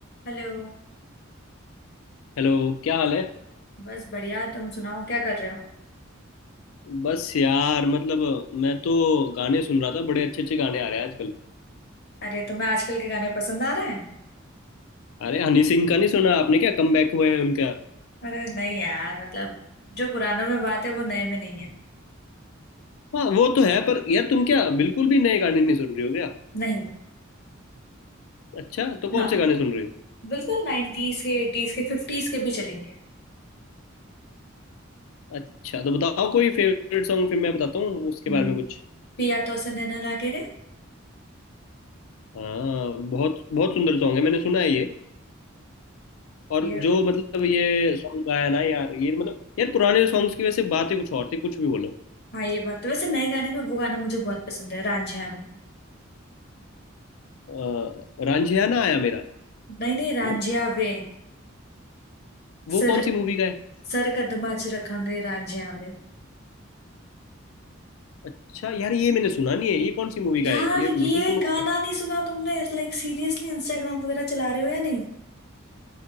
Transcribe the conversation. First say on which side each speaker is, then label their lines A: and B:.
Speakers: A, on the left; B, on the left.
A: Hello
B: Hello क्या हाल है
A: बस बढ़िया तुम सुनाओ क्या कर रहे हो
B: बस यार मतलब मैं तो गाने सुन रहा था बड़े अच्छे अच्छे गाने आ रहे हैं आजकल
A: अरे तुम्हें आजकल के गाने पसंद आ रहे हैं
B: अरे हनी सिंह का नहीं सुना आपने क्या कमबैक हुआ है उनका
A: अरे नहीं यार मतलब जो पुरानों में बात है वो नए में नहीं है
B: हाँ वो तो है पर यार तुम क्या बिल्कुल भी नए गाने नहीं सुन रही हो क्या
A: नहीं
B: अच्छा तो कौन
A: हाँ
B: से गाने सुन रही हो
A: बिल्कुल नाइन्टीज के एटीज के फिफ्टीज के भी चलेंगे
B: अच्छा तो बताओ कोई फेवरेट सॉन्ग फिर मैं बताता हूँ उसके
A: हम्म,
B: बारे में कुछ
A: पिया तो से नैना लागे रे
B: हाँ बहुत बहुत सुंदर सॉन्ग है मैंने सुना है ये और
A: ये
B: जो मतलब ये सॉन्ग गाया ना यार ये मतलब यार पुराने सॉन्ग्स की वैसे बात ही कुछ और थी कुछ भी बोलो
A: हाँ ये बात तो वैसे नए गाने में वो गाना मुझे बहुत पसंद है रांझिया में
B: अ, रांझियाना आया मेरा
A: नहीं नहीं रांझिया
B: वो
A: वे
B: वो
A: सर
B: कौन सी मूवी का है
A: सर कदमा च रखांगे रांझिया वे
B: अच्छा यार ये मैंने सुना नहीं है ये कौन सी मूवी का
A: यार
B: है ये बिल्कुल
A: ये
B: सुनो
A: गाना नहीं सुना तुमने लाइक सीरियसली इंस्टाग्राम वगैरह चला रहे हो या नहीं